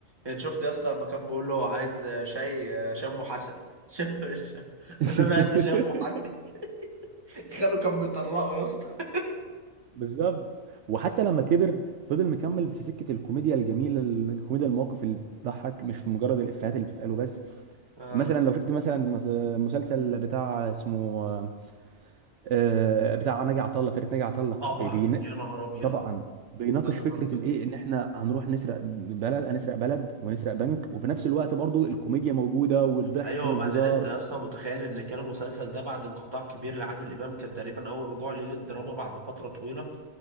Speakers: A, on the right; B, on the right.
A: يعني شفت يا اسطى لما كان بيقول له عايز شاي آه، شم حسن <laughs> شم شم
B: <laughs>
A: انما هات لي شم حسن <laughs> خاله كان بيطرقه يا اسطى
B: بالظبط وحتى لما كبر فضل مكمل في سكة الكوميديا الجميلة الكوميديا المواقف اللي بتضحك مش مجرد الإفيهات اللي بتتقاله بس
A: آه
B: مثلا لو شفت مثلا مس- مسلسل بتاع اسمه آه، آه، بتاع ناجي عطا الله فرقه ناجي عطا الله
A: طبعا
B: آه، بين...
A: يا نهار ابيض
B: طبعا بيناقش
A: يا نهار
B: فكره
A: ابيض
B: الايه ان احنا هنروح نسرق بلد هنسرق بلد ونسرق بنك وفي نفس الوقت برضو الكوميديا موجوده والضحك
A: ايوه
B: والهزار
A: وبعدين انت يا اسطى متخيل ان كان المسلسل ده بعد انقطاع كبير لعادل امام كان تقريبا اول رجوع ليه للدراما بعد فتره طويله